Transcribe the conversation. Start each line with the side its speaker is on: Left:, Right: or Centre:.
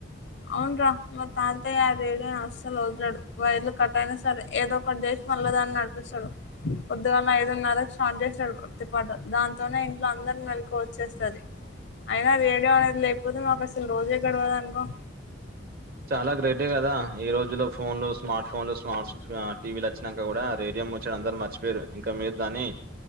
Left: అవున రా మా తాతయ్య ఆ రేడియోని అస్సలు వదాడు వైర్లు కట్ట అయినా సరే ఏదో ఒకటి. మళ్ళా దాన్ని నడిపిస్తాడు పొద్దుగాల ఐదున్నర స్టార్ట్ చేసాడు తప్తి పాట దాంతోనే ఇంట్లో అందరిని వెెళ్కువ వచ్చేస్తుది అయినా అది రేడియో అనేది లేకపోతే మాకు అసలు రోజే గడవద అనుకో
Right: చాలా గ్రేటే గదా ఈ రోజు లో ఫోన్లు వ. స్మార్ట్ ఫోన్లు స్మార్ట్ టీవీలు వచ్చాక కూడా రేడియం ముచ్చాడు అందరు మర్చిపోయారు ఇంకా మీరు దాని